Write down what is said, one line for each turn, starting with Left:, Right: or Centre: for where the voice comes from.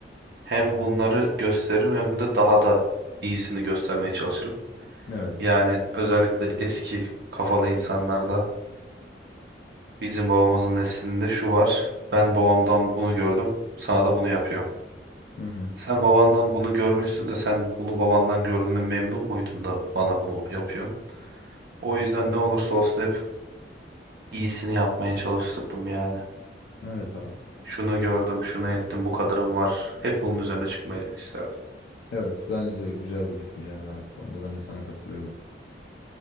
Right: hem bunları gösteririm hem de daha da iyisini göstermeye çalışırım.
Left: Evet.
Right: Yani özellikle eski kafalı insanlarda bizim babamızın neslinde şu var. Ben babamdan bunu gördüm. Sana da bunu yapıyorum.
Left: Hı hı.
Right: Sen babandan bunu görmüşsün de sen bunu babandan gördüğüne memnun muydun da bana bunu yapıyorsun? O yüzden ne olursa olsun hep iyisini yapmaya çalıştırdım yani.
Left: Evet abi.
Right: Şunu gördüm, şunu ettim, bu kadarım var. Hep bunun üzerine çıkmayı isterdim.
Left: Evet bence de güzel bir düşüncen var bu konuda. Ben de sana katılıyorum.